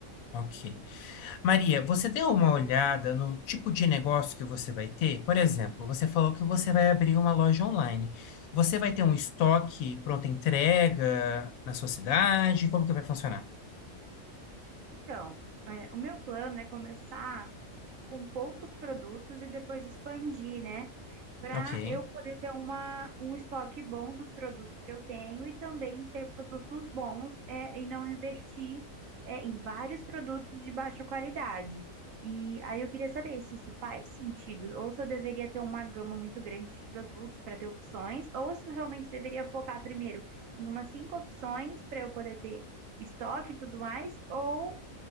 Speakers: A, on the left; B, on the right.
A: ok. Maria, você deu uma olhada no tipo de negócio que você vai ter? Por exemplo, você falou que você vai abrir uma loja online. Você vai ter um estoque pronta entrega na sua cidade? Como que vai funcionar?
B: Então, é, o meu plano é começar com poucos produtos e depois expandir, né? Para
A: Ok.
B: eu poder ter uma, um estoque bom dos produtos que eu tenho e também ter produtos bons é, e não investir é, em vários produtos de baixa qualidade. E aí eu queria saber se isso faz sentido, ou se eu deveria ter uma gama muito grande de produtos para ter opções, ou se eu realmente deveria focar primeiro em umas cinco opções para eu poder ter estoque e tudo mais, ou